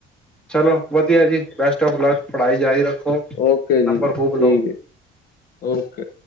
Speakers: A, in the centre; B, on the left.
A: ਚਲੋ ਵਧੀਆ ਜੀ ਬੈਸਟ ਆਫ ਲੱਕ। ਪੜ੍ਹਾਈ ਜਾਰੀ ਰੱਖੋ
B: ਓਕੇ ਜੀ
A: ਨੰਬਰ ਖੂਬ
B: ਠੀਕ
A: ਲਓ
B: ਹੈ ਓਕੇ।